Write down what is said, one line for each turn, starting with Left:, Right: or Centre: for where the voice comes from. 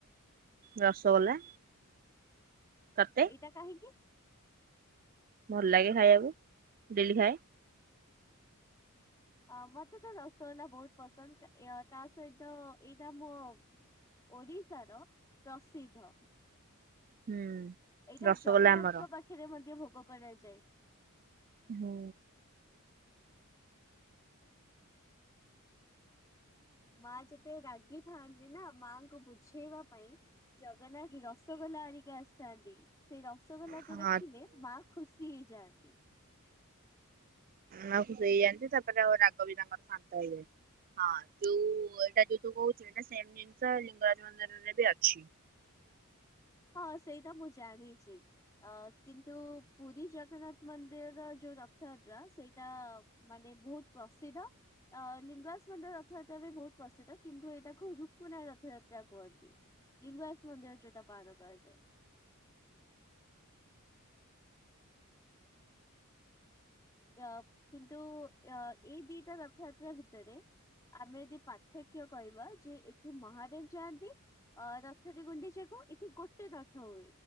Right: ରସଗୋଲା ତତେ?
Left: ଏଇଟା କାହିଁକି?
Right: ଭଲ ଲାଗେ ଖାଇବାକୁ, ଡେଲି ଖାଏଁ।
Left: ଆ ମତେ ତ ରସଗୋଲା ବହୁତ ପସନ୍ଦ, ତା ସହିତ ଏଇଟା ମୋ ଓଡ଼ିଶାର ପ୍ରସିଦ୍ଧ।
Right: ହୁଁ।
Left: ଏଇଟା
Right: ରସଗୋଲା
Left: ଜଗନ୍ନାଥଙ୍କ
Right: ଆମର
Left: ପାଖରେ ମଧ୍ୟ ଭୋଗ କରାଯାଏ।
Right: ହୁଁ।
Left: ମାଆ ଯେତେବେଳେ ରାଗିଥାଆନ୍ତି ନା ମାଙ୍କୁ ବୁଝେଇବା ପାଇଁ। ଜଗନ୍ନାଥ ରସଗୋଲା ଆଣିକି ଆସଥାନ୍ତି। ସେଇ ରସଗୋଲାକୁ
Right: ହଁ
Left: ଦେଖିଲେ ମା ଖୁସି ହେଇଯାଆନ୍ତି।
Right: ମାଁ କୁ ନଦେଇଯାଆନ୍ତି ତାପରେ ଆଉ ରାଗ ବି ତାଙ୍କର ଶାନ୍ତ ହେଇଯାଏ। ହଁ ଯୋଉ ଏଇଟା ଯୋଉ ତୁ କହୁଚୁ ଏଇଟା ସେମ୍ ଜିନିଷ ଲିଙ୍ଗରାଜ ମନ୍ଦିରରେ ବି ଅଛି।
Left: ହଁ ସେଇଟା ମୁଁ ଜାଣିଛି ଅ କିନ୍ତୁ ପୁରୀ ଜଗନ୍ନାଥ ମନ୍ଦିରର ଯୋଉ ର ଥ ଟା ସେଇଟା ମାନେ ବହୁତ୍ ପ୍ରସିଦ୍ଧ। ଅ ଲିଙ୍ଗରାଜ ମନ୍ଦିର ରଥଯାତ୍ରା ବି ବହୁତ୍ ପ୍ରସିଦ୍ଧ କିନ୍ତୁ ଏଇଟାକୁ ରୁକୁନା ରଥଯାତ୍ରା କୁହନ୍ତି। ଲିଙ୍ଗରାଜ ମନ୍ଦିର ଯୋଉଟା ପାଳନ କରାଯାଏ। ଏହା କିନ୍ତୁ ଅ ଏଇ ଦିଇଟା ରଥଯାତ୍ରା ଭିତେରେ। ଆମେ ଯଦି ପାର୍ଥକ୍ୟ କହିବା ଯେ ଏଠି ମହାଦେବ ଯାଆନ୍ତି। ଅ ରଥରେ ଗୁଣ୍ଡିଚାକୁ ଏଠି ଗୋଟେ ରଥ ହୁଏ।